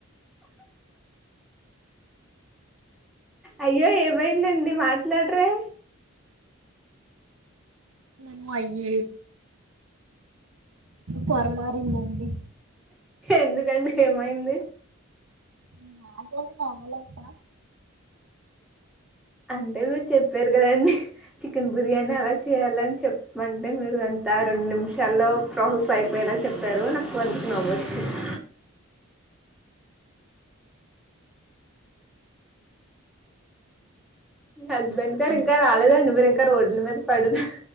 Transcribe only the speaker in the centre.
అయ్యో ఏమైందండి మాట్లాడరే
ఎందుకండి ఏమైంది
అంటే మీరు చెప్పారు కదండి చికెన్ బిర్యానీ అలా చేయ్యాలని చెప్పంటే మీరు అంత రెండు నిమిషాల్లో ప్రాసెస్ అయిపోయేలా చెప్పారు నాకు అందుకు నవ్వొచ్చింది మీ హస్బెండ్ గారు
ఇంకా రాలేదండి మీరు ఇంకా రోడ్ల మీద పడి ఉన్నారు